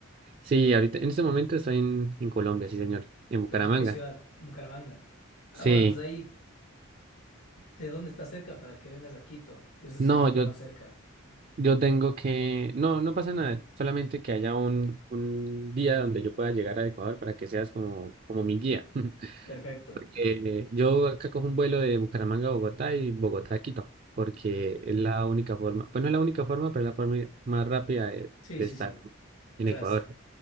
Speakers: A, on the right; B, on the left.
A: Sí, ahorita en este momento estoy en, en Colombia, sí señor, en Bucaramanga.
B: ¿Pero en qué ciudad? En Bucaramanga. Ah,
A: Sí,
B: bueno, entonces ahí, ¿de dónde estás cerca para que vengas a Quito? Eso
A: no,
B: sería lo
A: yo
B: más cerca.
A: Yo tengo que, no, no pasa nada, solamente que haya un, un día donde yo pueda llegar a Ecuador para que seas como, como mi guía. <laughs>
B: Perfecto.
A: Porque eh, yo acá cojo un vuelo de Bucaramanga a Bogotá y Bogotá a Quito, porque es la única forma, pues no es la única forma, pero es la forma más rápida de,
B: Sí,
A: de
B: sí,
A: estar
B: sí.
A: en
B: Verás.
A: Ecuador.